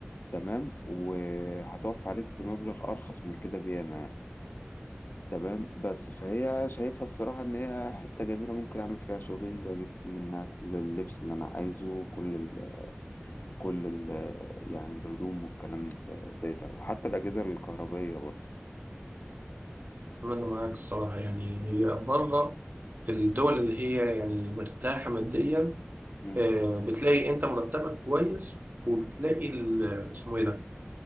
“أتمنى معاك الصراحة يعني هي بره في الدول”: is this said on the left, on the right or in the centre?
Right